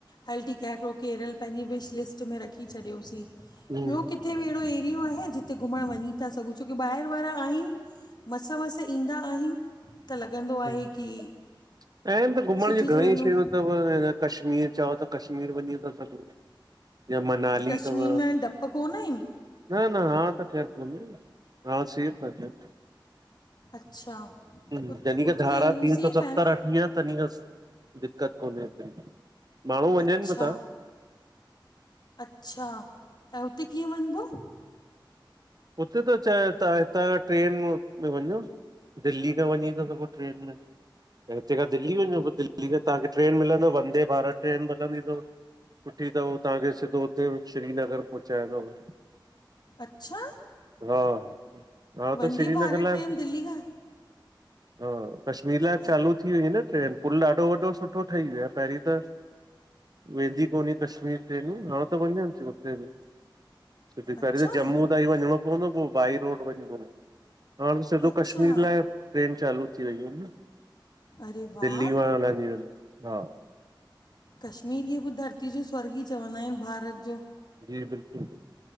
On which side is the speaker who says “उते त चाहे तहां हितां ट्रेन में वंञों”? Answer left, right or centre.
Right